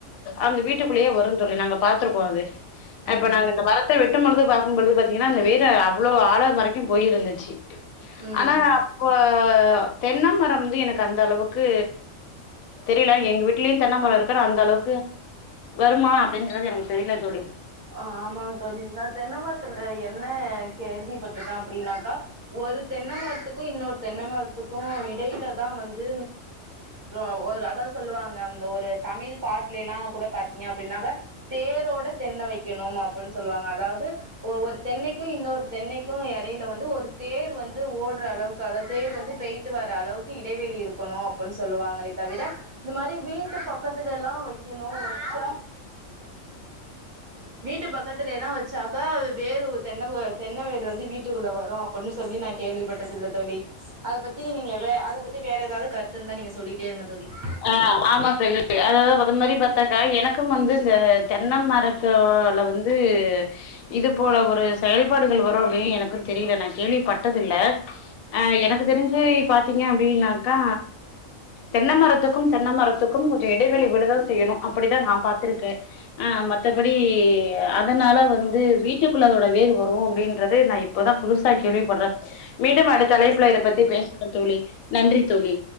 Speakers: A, on the left; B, on the right.
A: அந்த வீட்டுக்குள்ளயே வரு தோழி நாங்க பாத்துருக்கோ அது
B: ம்
A: அப்ப நாங்க அந்த மரத்த வெட்டும்பொழுது பாக்கும்பொழுது பாத்தீங்கன்னா அந்த வேற அவ்ளோ ஆழ வரக்கு போயிருந்துச்சு
B: ம்
A: அனா அப்ப அ தென்னமரம் வந்து எனக்கு அந்த அளவுக்கு தெரில எங்க வீட்லயு தென்ன மரோ இருக்கு ஆனா அந்த அளவுக்கு வருமா அப்டின்றது எனக்கு தெரில தோழி
B: அ ஆமாங்க தோழி நா தென்னமரத்துல என்ன கேள்விப்பட்ருக்க அப்டின்னாக்கா ஒரு தென்ன மரத்துக்கு இன்னொரு தென்னைமரத்துக்கு இடைல தா வந்து அ அதா சொல்லுவாங்க அந்த ஒரு தமிழ் பாட்லே எல்லா கூட பாத்தீங்க அப்டின்னாக்கா தேரோட தென்ன வைக்கணும் அப்புன் சொல்லுவாங்க அதாவ்து ஒ ஒரு தென்னைக்கு இன்னொரு தென்னைக்கு எடைல வந்து ஒரு தேர் வந்து ஓட்ற அளவுக்கு அதாது தேர் வந்து பேய்ட்டு வர்ற அளவுக்கு இடைவெளி இருக்கணு அப்படின் சொல்லுவாங்களே தவிர இந்த மாரி வீட்டு பக்கத்துல எல்லா வக்கிணு வச்சா வீட்டு பக்கத்துல எல்லா வச்சாக்கா வேறு தென்ன தென்ன வேறு வந்து வீட்டுக்குள்ள வரு அப்டின் சொல்லி நா கேள்விப்பட்டதுல்ல தோழி அத பத்தி நீங்க வே அத பத்தி வேற ஏதாவது கருத்து இருந்தா நீங்க சொல்லிட்டே இருங்க தோழி
A: ஆ ஆமா சரி அதது அத மாரி பாத்தாக்கா எனக்கு வந்து இந்த தென்ன மரத்தல வந்து இது போல ஒரு செயல்பாடுகள் வரு அப்டின்னு எனக்கு தெரில நா கேள்விப்பட்டதுல்ல அ எனக்கு தெரிஞ்சு பாத்தீங்க அப்டின்னாக்கா தென்ன மரத்து த்துக்கும் தென்னமரத்துக்கும் கொஞ்ச இடைவெளி விடதா செய்யணு அப்படித்தா நா பாத்திருக்க ஆ மத்தபடி அதனால வந்து வீட்டுக்குள்ள அதோட வேர் வரு அப்டின்றது நா இப்பதா புதுசா கேள்விப்படுற மீண்டும் அடுத்தலைப்புல இத பத்தி பேசலா தோழி நன்றி தோழி